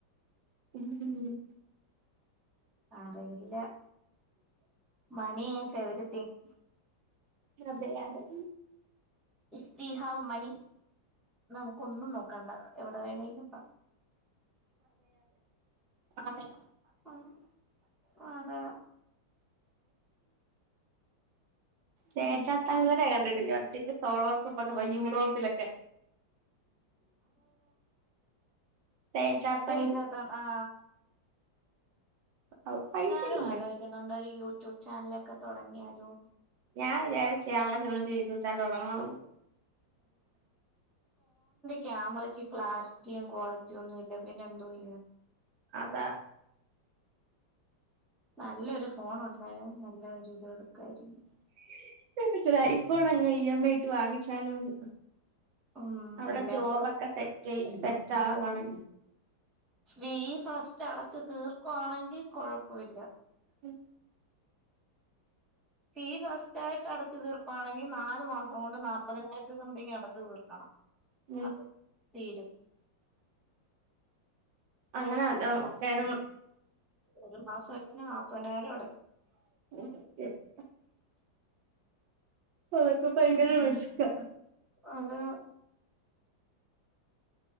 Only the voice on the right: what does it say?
എന്തെങ്കിലും
അതെ അതെ
ആഹ്
തേജത്ത് അങ്ങനെ കണ്ടിട്ടില്ല ഒറ്റക്ക് സോളോ ട്രിപ്പൊക്കെ പോയി യൂറോപ്പിലൊക്കെ തേജ
തങ്കു
അവക്ക് പൈസയുണ്ട്
ഞാൻ വിചാരിച്ചയ അവിട ചെന്നിട്ട് യൂട്യൂബ് ചാനൽ തുടങ്ങണോന്ന്
അതാ
<unintelligible> ഐ ഫോണങ് ഇഎംഐ യിട്ട് വങ്ങിച്ചാലോന്ന്
അവിട
ജോബക്ക
സെറ്റെയ് സെ സെറ്റാവുവാണേ
മ്മ്
ഉം
അങ്ങന അല്ലാ നോക്കായിരുന്ന്
<inaudible> അതൊക്ക പയങ്കര റിസ്കാ